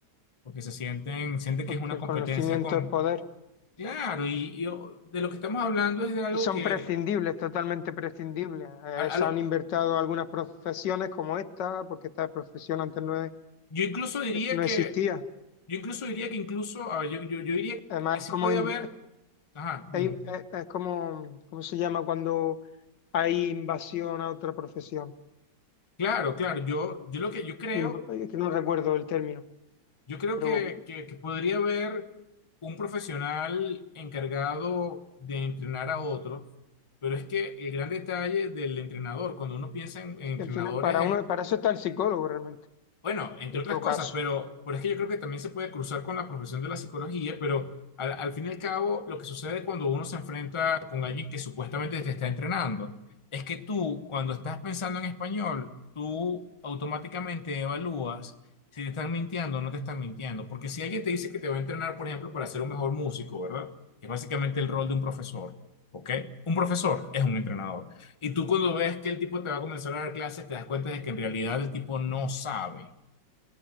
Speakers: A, on the left; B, on the left.
A: porque se sienten, sienten
B: porque
A: que es una
B: el
A: competencia
B: conocimiento
A: con
B: es poder
A: Claro, y, yo- de lo que estamos hablando es de algo
B: y son
A: que
B: prescindibles, totalmente prescindibles. Eh,
A: a-
B: se
A: a lo-
B: han invertido algunas profesiones como esta, porque esta profesión antes no, e-
A: yo incluso diría
B: no
A: que
B: existía.
A: yo incluso diría que incluso a ver, yo, yo, yo diría
B: Además,
A: que sí
B: es como
A: puede
B: in-
A: haber ajá, dime.
B: Hay- eh, es como, ¿cómo se llama cuando hay invasión a otra profesión?
A: Claro, claro, yo yo lo que yo creo,
B: Inv- eh, que no recuerdo el término,
A: yo creo
B: pero
A: que, que, que podría haber un profesional encargado de entrenar a otros, pero es que el gran detalle del entrenador, cuando uno piensa en, en entrenadores
B: al final para uno, para eso está el psicólogo realmente,
A: Bueno, entre
B: en
A: otras
B: todo
A: cosas,
B: caso.
A: pero, pero es que yo creo que también se puede cruzar con la profesión de la psicología, pero al, al fin y al cabo lo que sucede cuando uno se enfrenta con alguien que supuestamente te está entrenando es que tú, cuando estás pensando en español, tú automáticamente evalúas si te están mintiendo o no te están mintiendo, porque si alguien te dice que te va a entrenar, por ejemplo, para ser un mejor músico, ¿verdad? Que es básicamente el rol de un profesor, ¿ok? Un profesor es un entrenador. Y tú cuando ves que el tipo te va a comenzar a dar clases, te das cuenta de que en realidad el tipo no sabe